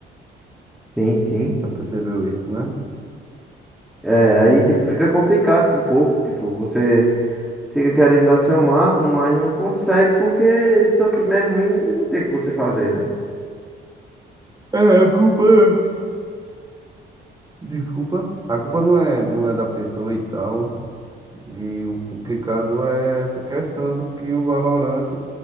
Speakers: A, in the centre; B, on the right (about 20°).
A: Sim, sim.
B: Já percebeu isso, né?
A: É, aí, tipo, fica complicado um pouco, tipo, você Fica querendo dar seu máximo, mas não consegue porque seu time é ruim e não tem o que você fazer, né?
B: É, a culpa. Desculpa. A culpa não é, não é da pessoa e tal. E o complicado é essa questão do que o Valorant